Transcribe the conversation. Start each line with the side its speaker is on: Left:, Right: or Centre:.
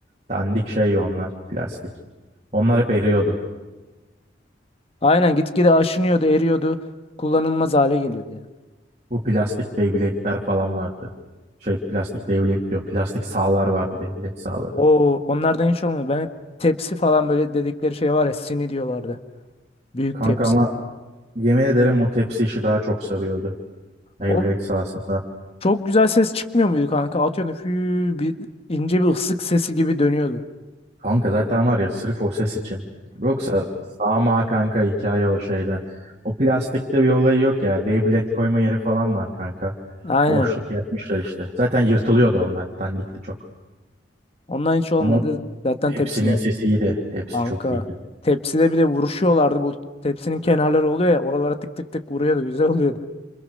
Right: Dandik şey onlar plastik. Onlar hep eriyordu.
Left: Aynen gitgide aşınıyordu, eriyordu. Kullanılmaz hale geliyordu ya.
Right: Bu plastik Beyblade'ler falan vardı. Şey plastik Beyblade diyor. Plastik sağlar vardı Beyblade sağları.
Left: O onlardan hiç olmadı. Ben hep tepsi falan böyle dedikleri şey var ya sini diyorlardı. Büyük
Right: Kanka
Left: tepsi.
Right: ama yemin ederim bu tepsi işi daha çok sarıyordu. Beyblade
Left: O,
Right: sahasında.
Left: Çok güzel ses çıkmıyor muydu kanka? Atıyorsun fü bir ince bir ıslık sesi gibi dönüyordu.
Right: Kanka zaten var ya sırf o ses için. Yoksa ama kanka hikaye o şeyden. O plastikte bir olayı yok ya. Beyblade koyma yeri falan var kanka.
Left: Aynen.
Right: Boşluk yapmışlar işte. Zaten yırtılıyordu onlar. Dandikti çok.
Left: Ondan hiç olmadı.
Right: Ama o
Left: Zaten
Right: tepsinin
Left: tepsiler.
Right: sesi iyiydi. Tepsi
Left: Kanka.
Right: çok iyiydi.
Left: Tepside bir de vuruşuyorlardı. Bu tepsinin kenarları oluyor ya. Oralara tık tık tık vuruyordu. Güzel oluyordu.